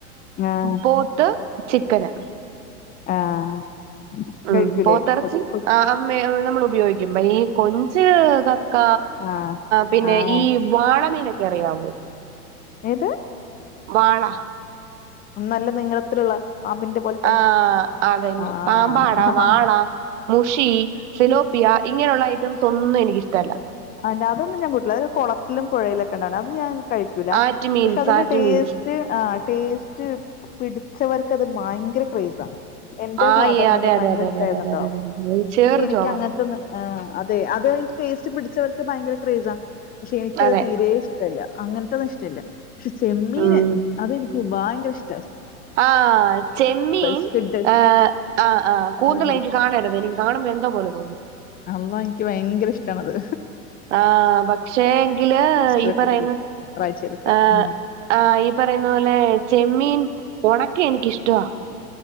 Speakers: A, on the left (about 20°); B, on the right (about 50°).
A: ആഹ്
B: പോത്ത് ചിക്കന്
A: ആഹ്
B: ഉം
A: കയ്ക്കൂലെ
B: പോത്തിറച്ചി
A: കൊട്ട് കൊത്ത്
B: ആഹ് നമ്മൾ ഉപയോഗിക്കുമ്പ ഈ കൊഞ്ച് കക്ക
A: ആഹ്
B: പിന്നെ
A: ആഹ്
B: ഈ വാളമീനൊക്കെ അറിയാവോ
A: ഏത്
B: വാള
A: നല്ല നിങ്ങളത്തിലുള്ള പാമ്പിൻ്റ പോലത്തെ
B: ആഹ് അതന്നെ
A: ആഹ്
B: പാമ്പാട
A: ആഹ്
B: വാള മുഷി ഫിലോപ്പിയ ഇങ്ങനെയുള്ള ഐറ്റംസ് ഒന്നും എനിക്കിഷ്ടല്ല
A: അന്ന അതൊന്നും ഞാൻ കൂട്ടുല്ല അത് കൊളത്തിലും പുഴയിലൊക്കെണ്ടാവ്ണ അത് ഞാൻ കഴിക്കൂല
B: ആറ്റ് മീൻസ്
A: പക്ഷെ അതിന്റെ
B: ആറ്റ്
A: ടേസ്റ്റ്
B: മീൻസ്
A: ആ ടേസ്റ്റ് പിടിച്ചവർക്കത് ഭയങ്കര ക്രേസാ എന്റെ
B: ആഹ്
A: ഫാദറിനൊക്കെ
B: അതെ
A: ഭയങ്കര
B: അതെ അതെ
A: ഇഷ്ടായിര്ന്നുട്ടോ
B: അതെ അതെ അതെ അതെ അതെ അതെ ചേറ്
A: പക്ഷെ എനിക്ക്
B: ചോവ
A: അങ്ങനത്തൊന്ന് ആ അതെ അത് ടേസ്റ്റ് പിടിച്ചവർക്ക് ഭയങ്കര ക്രേസ്ആ പക്ഷെ എനിക്കത്
B: അതെ
A: തീരെ ഇഷ്ടല്ല അങ്ങനത്തെത് ഇഷ്ടല്ല പക്ഷെ ചെമ്മീന്
B: ഉം
A: അത് എനി ക്ക് ഭയങ്കര ഇഷ്
B: ആഹ് ചെമ്മീൻ
A: സ്ക്വിഡ് അത്
B: ഏഹ് ആഹ് ആഹ് കൂന്തള
A: ഭയങ്കര
B: എനിക്ക്
A: ഇഷ്ട
B: കാണരുത് എനി കാണുമ്പ എന്തോ പോല തോന്നും
A: അമ്മോ എനിക്ക് ഭയങ്കര ഇഷ്ട്ടാണത്
B: ആഹ് പക്ഷേ എങ്കില് ഈ
A: വെക്കുവതില്
B: പറയുന്ന
A: ഫ്രൈ ചെയ്തൊക്കെ
B: ഏഹ്
A: ഉം
B: അഹ് പറയുന്ന പോലെ ചെമ്മീൻ ഒണക്കിയ എനിക്കിഷ്ടവ